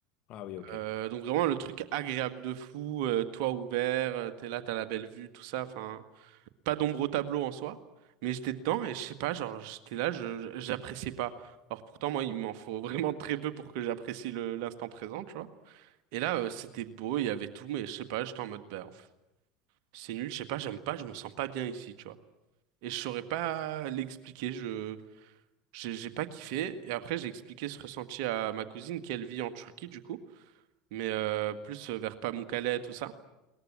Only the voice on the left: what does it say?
Ah oui, ok.